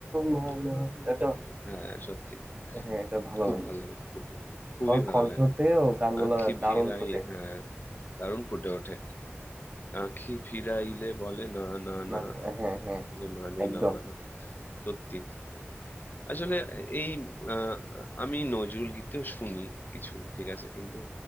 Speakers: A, on the right; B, on the left.
A: মানা
B: না, না,
A: এটা
B: না। হ্যাঁ সত্যি
A: হ্যাঁ এটা ভালো
B: খুব
A: লাগে
B: ভালো লাগে খুব ভালো লাগে খুবই
A: ওর
B: ভালো
A: কণ্ঠতে
B: লাগে
A: ও গানগুলো
B: আঁখি
A: দারুণ
B: ফিরাই
A: ফুটে
B: হ্যাঁ দারুণ ফুটে ওঠে আঁখি ফিরাইলে বলে না না
A: না
B: না
A: হ্যাঁ হ্যাঁ
B: ওই যে মানে
A: একদম
B: না মানা সত্যি আসলে এই আহ, আমি নজরুল গীতিও শুনি কিছু ঠিক আছে কিন্তু